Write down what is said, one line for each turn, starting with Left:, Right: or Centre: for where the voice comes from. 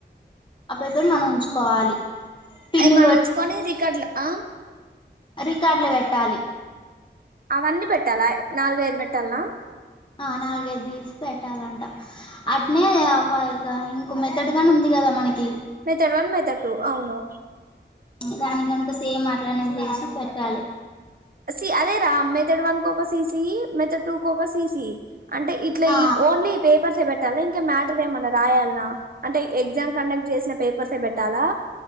Left: ఆ పేపర్ మనం ఉంచుకోవాలి. పిన్ను
Right: అయి మనం ఉంచుకొని రికర్డు ఆ
Left: రికార్డుల పెట్టాలి.
Right: అవన్నీ పెట్టాలా, నాలుగైదు పెట్టాల్నా?
Left: ఆ నాలుగైదు తీసి పెట్టాలంట, అట్నే ఇ ఇంకో మెతడ్ గని ఉంది. గదా మనకి
Right: మెథడ్ వన్, మెథడ్ టు అవును.
Left: దాని కనుక సేమట్లనే చేసి పెట్టాలి.
Right: సి అదేరా, మెథడ్ వన్ కోక సీసి, మెథడ్ టూ కోక సీసి అంటే ఇట్లా
Left: ఆ
Right: ఈ ఓన్లీ పేపర్సే పెట్ పెట్టాలా ఇంకా మ్యాటర్ ఏమన్నా రాయాల్నా? అంటే ఎగ్జామ్ కండక్ట్ చేసిన పేపర్సే పెట్టాలా?